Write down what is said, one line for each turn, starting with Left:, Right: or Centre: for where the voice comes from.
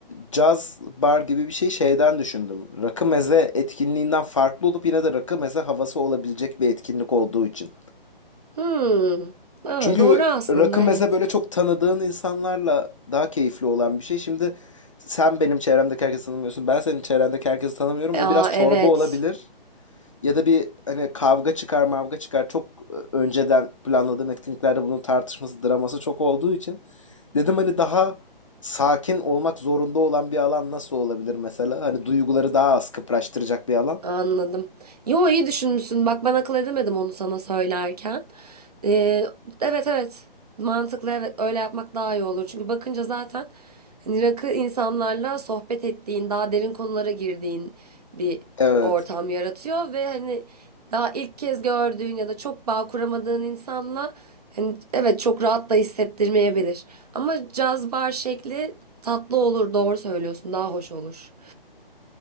Left: caz bar gibi bir şey şeyden düşündüm. Rakı meze etkinliğinden farklı olup yine de rakı meze havası olabilecek bir etkinlik olduğu için.
Right: Hmm. Ha,
Left: Çünkü
Right: doğru aslında
Left: rakı mesela
Right: evet.
Left: böyle çok tanıdığın insanlarla daha keyifli olan bir şey. Şimdi sen benim çevremdeki herkesi tanımıyorsun. Ben senin çevrendeki herkesi tanımıyorum.
Right: Aa
Left: O biraz çorba
Right: evet
Left: olabilir. Ya da bir hani kavga çıkar, mavga çıkar. Çok e, önceden planladığım etkinliklerde bunun tartışması, draması çok olduğu için dedim hani daha sakin olmak zorunda olan bir alan nasıl olabilir mesela? Hani duyguları daha az kıpraştıracak bir alan.
Right: anladım. Yo iyi düşünmüşsün. Bak ben akıl edemedim onu sana söylerken. Ee, evet evet mantıklı evet öyle yapmak daha iyi olur. Çünkü bakınca zaten hani rakı insanlarla sohbet ettiğin daha derin konulara girdiğin bir
Left: Evet,
Right: ortam yaratıyor ve hani daha ilk kez gördüğün ya da çok bağ kuramadığın insanla hani evet çok rahat da hissettirmeyebilir. Ama caz bar şekli tatlı olur doğru söylüyorsun daha hoş olur.